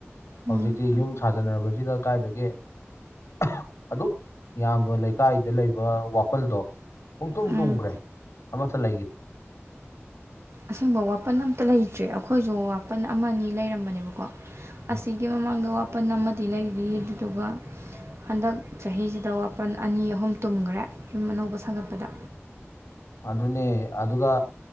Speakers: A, on the right; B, on the left.
A: ꯎꯝ
B: ꯍꯧꯖꯤꯛꯇꯤ ꯌꯨꯝ ꯁꯥꯖꯅꯔꯕꯁꯤꯗ ꯀꯥꯏꯗꯒꯤ ꯑ ꯑꯗꯨ ꯌꯥꯝꯕ ꯂ ꯂꯩ ꯀꯀꯥꯏꯗ ꯂꯩꯕ ꯋꯥꯄꯜꯗꯣ ꯄꯨꯡꯇꯨꯝ
A: ꯎꯝ
B: ꯇꯨꯝꯈ꯭ꯔꯦ ꯑꯃꯠꯇ ꯂꯩꯈꯤꯗꯦ
A: ꯑꯁꯦꯡꯕ ꯋꯥꯄꯟ ꯑꯝꯇ ꯂꯩꯇ꯭ꯔꯦ ꯑꯩꯈꯣꯏꯁꯨ ꯋꯥꯄꯟ ꯑꯃ ꯑꯅꯤ ꯂꯩꯔꯝꯕꯅꯦꯕꯀꯣ
B: ꯎꯝ
A: ꯑꯁꯤꯒꯤ ꯃꯃꯥꯡꯗ ꯋꯥꯄꯟ ꯑꯃꯗꯤ ꯂꯩꯔꯤ ꯑꯗꯨꯗꯨꯒ ꯍꯟꯗꯛ ꯆꯍꯤꯁꯤꯗ ꯋꯥꯄꯜ ꯑꯅꯤ ꯑꯍꯨꯝ ꯇꯨꯝꯈ꯭ꯔꯦ ꯌꯨꯝ ꯑꯅꯧꯕ ꯁꯥꯒꯠꯄꯗ
B: ꯑꯗꯨꯅꯦ ꯑꯗꯨꯒ